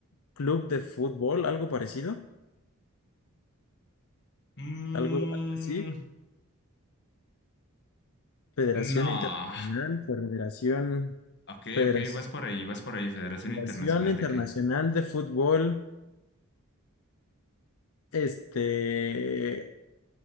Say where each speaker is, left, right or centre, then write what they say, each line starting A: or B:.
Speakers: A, on the left (about 70°); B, on the left (about 50°).
A: Club de Fútbol, algo parecido,
B: Mm,
A: algo así. Federación
B: no.
A: Internacional, Federación,
B: Ok,
A: Federación,
B: ok, vas por ahí, vas por ahí, Federación
A: Federación
B: Internacional
A: Internacional
B: de qué.
A: de Fútbol. Este,